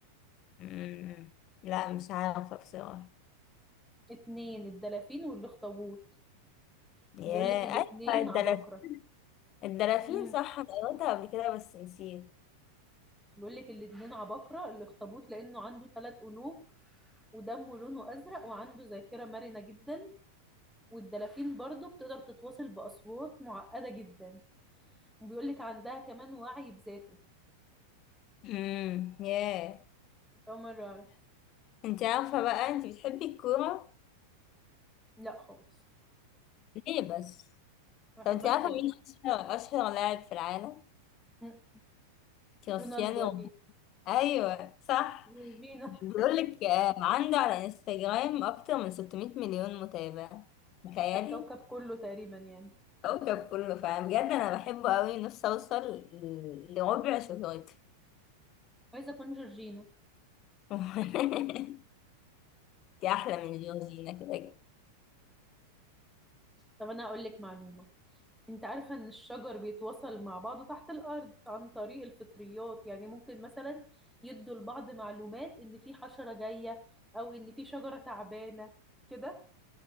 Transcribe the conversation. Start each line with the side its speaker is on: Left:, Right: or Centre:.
Left: مم، لا مش عارفة بصراحة
Centre: اتنين الدلافين والأخطبوط
Left: ياه
Centre: بيقول لك الاتنين
Left: ايوه الدلافين
Centre: عباقرة
Left: الدلافين
Centre: امم
Left: صح انا قريتها قبل كده بس نسيت
Centre: بيقول لك الاتنين عباقرة الاخطبوط لأنه عنده ثلاث قلوب ودمه لونه أزرق وعنده ذاكرة مرنة جدا والدلافين برضه بتقدر تتواصل بأصوات معقدة جدا وبيقول لك عندها كمان وعي بذاته
Left: امم ياه
Centre: أول مرة أعرف
Left: انت عارفة بقى انت بتحبي الكورة
Centre: لا خالص
Left: ليه بس
Centre: ما بحبهاش
Left: طب انت عارفة
Centre: خالص
Left: مين اشهر اشهر لاعب في العالم
Centre: مم.
Left: كريستيانو
Centre: رونالدو
Left: رونالدو
Centre: أكيد
Left: ايوه صح
Centre: جورجينا
Left: بيقول لك آه، عنده على انستجرام اكتر من 600 مليون متابع تخيلي
Centre: ده الكوكب كله تقريبا يعني
Left: كوكب كله فعلا بجد انا بحبه قوي نفسي اوصل ل- لربع شهرته
Centre: عايزة أكون جورجينا
Left: <laughs> انت احلى من جورجينا كده كده
Centre: طب أنا أقول لك معلومة انت عارفة ان الشجر بيتواصل مع بعضه تحت الارض عن طريق الفطريات يعني ممكن مثلا يدوا لبعض معلومات ان في حشرة جاية او ان في شجرة تعبانة كده